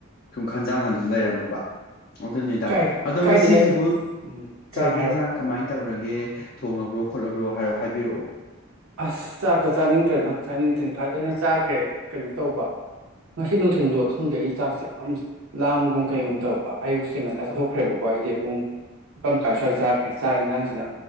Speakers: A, on the left; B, on the right.
A: ꯁꯨꯝ ꯈꯟꯖꯥꯟꯅꯗꯨꯅ ꯂꯩꯔꯝꯃꯕ ꯑꯗꯨꯅꯤꯗ
B: ꯀꯥꯏ
A: ꯑꯗꯣ ꯉꯁꯤꯁꯤꯕꯨ
B: ꯀꯥꯏꯗꯦ ꯀꯥꯏ ꯎꯝ
A: ꯆꯥꯛ
B: ꯀꯩ
A: ꯌꯦꯟꯁꯥꯡ
B: ꯍꯥꯏꯔꯣ
A: ꯀꯃꯥꯏꯅ ꯇꯧꯔꯒꯦ ꯊꯣꯡꯉꯕ꯭ꯔꯣ ꯈꯣꯠꯂꯕ꯭ꯔꯣ ꯍꯥꯏꯕꯤꯔꯛꯑꯣ
B: ꯑꯁ ꯆꯥꯛꯀ ꯆꯥꯅꯤꯡꯗ꯭ꯔꯦꯗꯪ ꯆꯥꯅꯤꯡꯊꯤꯤꯟ ꯐꯖꯅ ꯆꯥꯈ꯭ꯔꯦ ꯀꯩꯅꯣ ꯇꯧꯕ ꯉꯁꯤ ꯅꯨꯡꯊꯤꯜꯗꯣ ꯈꯪꯗꯦ ꯑꯩ ꯆꯥꯛꯁꯦ ꯌꯥꯝ ꯂꯥꯝꯒꯨꯝ ꯀꯩꯒꯨꯝꯕ ꯇꯧꯔꯛꯄ ꯑꯌꯨꯛꯁꯦ ꯉꯟꯇ ꯆꯠꯊꯣꯛꯈ꯭ꯔꯦꯕꯀꯣ ꯑꯩꯗꯤ ꯄꯨꯡꯄꯥ ꯑꯃꯥꯏ ꯁ꯭ꯋꯥꯏ ꯆꯥꯈ꯭ꯔꯦ ꯆꯥꯛ ꯌꯦꯟꯖꯥꯡꯁꯤꯅ